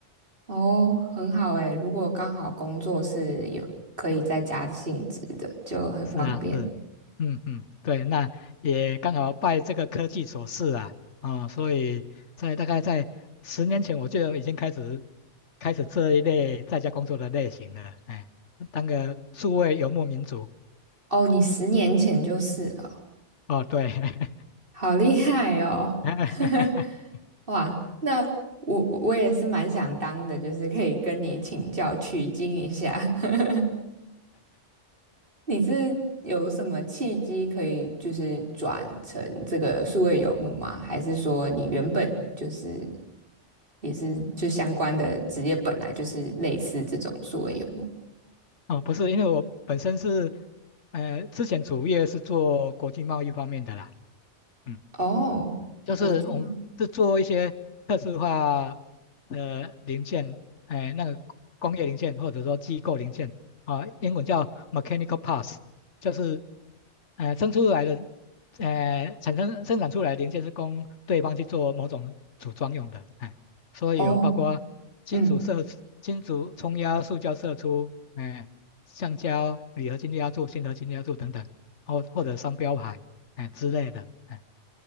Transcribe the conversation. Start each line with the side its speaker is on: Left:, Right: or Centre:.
Right: 哦，很好诶，如果刚好工作是有可以在家性质的，就很方便。
Left: 是啊，是，嗯嗯，对，那也刚好拜这个科技所赐啊，哦，所以在大概在十年前我就已经开始开始这一类在家工作的类型了。哎，当个数位游牧民族。
Right: 哦，你十年前就是了哦，
Left: 哦，对，<laughs>
Right: 好厉害哦！
Left: <laughs>
Right: <laughs> 哇，那我我也是蛮想当的，就是可以跟你请教取经一下。<laughs> 你是有什么契机可以就是转成这个数位游牧吗？还是说你原本就是也是就相关的职业本来就是类似这种数位游牧？
Left: 哦，不是，因为我本身是，呃，之前主业是做国际贸易方面的啦。嗯。
Right: 哦，
Left: 就是我们是做一些特殊化
Right: 国际吗？
Left: 的零件，哎，那个工业零件或者说机构零件啊，英文叫 mechanical parts，就是呃生出来的呃产生生产出来的零件是供对方去做某种组装用的，哎，所以有包括金属射出金属冲压、
Right: 哦，嗯，
Left: 塑胶射出，哎，橡胶、铝合金压铸、锌合金压铸等等，或或者商标牌，哎之类的。哎